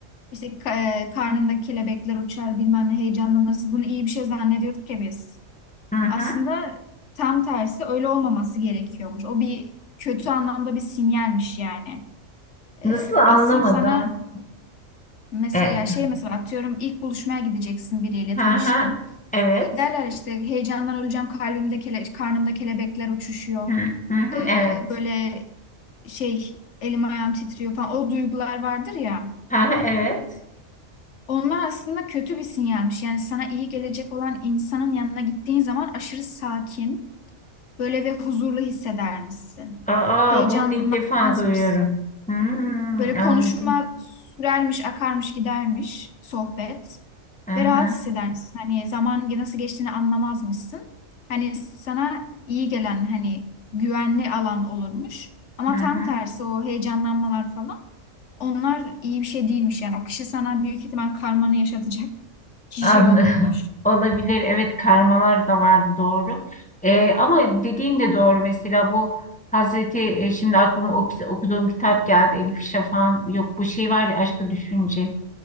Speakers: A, on the left; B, in the centre.
A: İşte ka- e, karnında kelebekler uçar bilmem ne heyecanlanırsın bunu iyi bir şey zannediyorduk ya biz.
B: Hı hı.
A: Aslında tam tersi öyle olmaması gerekiyormuş. O bir kötü anlamda bir sinyalmiş yani. E,
B: Nasıl anlamadım.
A: asıl sana mesela
B: E,
A: ya şey mesela atıyorum ilk buluşmaya gideceksin biriyle
B: hı
A: tanıştın.
B: hı. Evet.
A: Giderler işte heyecandan öleceğim kalbimde kele, karnımda kelebekler uçuşuyor.
B: Hı hı. hı,
A: Ee,
B: Evet.
A: böyle şey elim ayağım titriyor falan o duygular vardır ya.
B: Hı hı. Evet.
A: Onlar aslında kötü bir sinyalmiş. Yani sana iyi gelecek olan insanın yanına gittiğin zaman aşırı sakin, böyle ve huzurlu hissedermişsin.
B: Aa,
A: Heyecanlanmazmışsın.
B: bunu ilk defa duyuyorum. Hmm,
A: Böyle
B: anladım.
A: konuşma sürermiş, akarmış, gidermiş sohbet
B: Hı
A: ve
B: hı,
A: rahat hissedermişsin. Hani zaman ge- nasıl geçtiğini anlamazmışsın. Hani sana iyi gelen hani güvenli alan olurmuş. Ama
B: hı
A: tam
B: hı.
A: tersi o heyecanlanmalar falan onlar iyi bir şey değilmiş yani. O kişi sana büyük ihtimal karmanı yaşatacak <laughs> kişi
B: Anladım.
A: olurmuş.
B: <laughs> Olabilir. Evet karmalar da vardı doğru. Ee, ama dediğin de doğru. Mesela bu Hazreti e, şimdi aklıma o, kit- okuduğum kitap geldi. Elif Şafak'ın yok bu şey var ya Aşkı Düşünce.